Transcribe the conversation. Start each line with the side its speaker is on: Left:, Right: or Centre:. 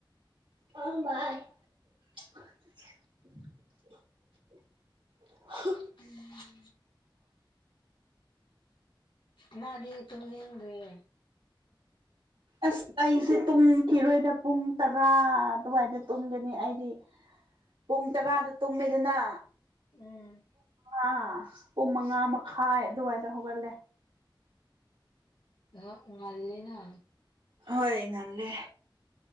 Right: <unintelligible> <unintelligible>
Left: ꯎꯝ <inaudible> ꯅꯗꯤ ꯇꯨꯝꯅꯤꯡꯗꫪꯤ
Right: ꯑꯁ ꯑꯩꯁꯦ ꯇꯨꯝꯈꯤꯔꯣꯏꯗ ꯄꯨꯡ ꯇꯔꯥ ꯑꯗꯨꯋꯥꯏꯗ ꯇꯨꯝꯒꯅꯤ ꯑꯩꯗꯤ ꯄꯨꯡ ꯇꯔꯥꯗꯨ ꯇꯨꯝꯃꯦꯗꯅ
Left: ꯎꯝ
Right: ꯑꯥ ꯄꯨꯡ ꯃꯉꯥ ꯃꯈꯥꯏ ꯑꯗꯨꯋꯥꯏꯗ ꯍꯧꯒꯠꯂꯦ
Left: ꯅꯪ ꯉꯜꯂ‌ꯦꯅ
Right: ꯍꯣꯏ ꯉꯥꯟꯂꯦ